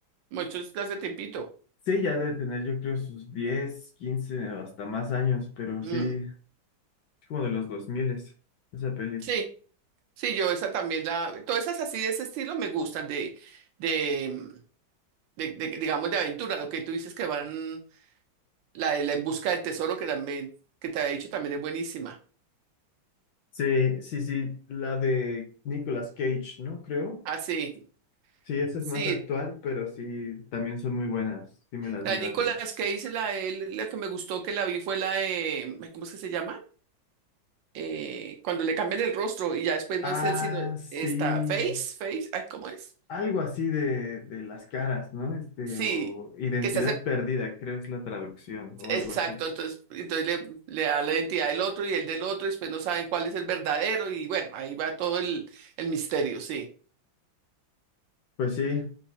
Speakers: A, on the right; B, on the left.
A: Mucho es de hace tiempito.
B: Sí, ya debe tener, yo creo, sus 10, 15 o hasta más años, pero
A: Mm.
B: sí, es como de los 2000 esa peli.
A: Sí, sí, yo esa también la, todas esas así de ese estilo me gustan de, de, mm, de, de- digamos, de aventura, lo que tú dices que van, la de la en busca del tesoro que también, que te ha dicho también es buenísima.
B: Sí, sí, sí, la de Nicolas Cage, ¿no? Creo.
A: Ah, sí,
B: Sí, esa
A: sí,
B: es más actual, pero sí, también son muy buenas. Sí, me las
A: la
B: vi
A: de
B: las
A: Nicolas
B: dos.
A: Cage, la de él, la que me gustó que la vi fue la de, ay, ¿cómo es que se llama? Eh, cuando le cambian el rostro y ya después
B: Ah,
A: no es él, sino
B: sí.
A: esta, Face, Face, ay, ¿cómo es?
B: Algo así de, de las caras, ¿no? Este,
A: Sí,
B: o identidad
A: que se hace
B: perdida, creo es la traducción, o
A: Exacto,
B: algo así.
A: entonces, entonces le, le da la identidad del otro y el del otro, y después no saben cuál es el verdadero, y bueno, ahí va todo el, el misterio, sí.
B: Pues sí,